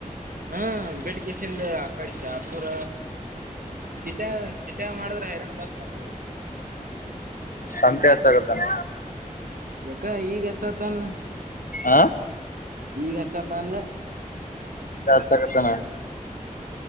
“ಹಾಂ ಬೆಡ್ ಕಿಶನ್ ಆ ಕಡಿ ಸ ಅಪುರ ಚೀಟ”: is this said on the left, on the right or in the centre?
Right